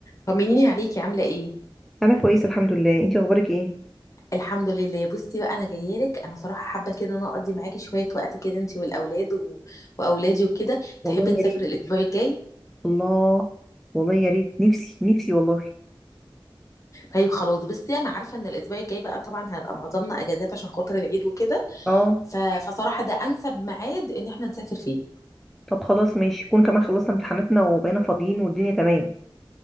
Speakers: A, on the left; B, in the centre.
A: طمنيني عليكي عاملة ايه؟
B: انا كويسه الحمد لله انتي اخبارك ايه
A: الحمد لله بصي بقى انا جايه لك انا صراحه حابه كده ان انا اقضي معاكي شويه وقت كده انت والاولاد و... واولادي وكده
B: والله
A: تحبي
B: يا
A: نسافر
B: ريت
A: الاسبوع الجاي
B: الله والله يا ريت نفسي نفسي والله
A: طيب خلاص بصي انا عارفه ان الاسبوع الجاي بقى طبعا هنبقى معظمنا اجازات عشان خاطر العيد وكده
B: اه
A: ف... فصراحه ده انسب ميعاد ان احنا نسافر فيه
B: طب خلاص ماشي يكون كمان خلصنا امتحاناتنا وبقينا فاضيين والدنيا تمام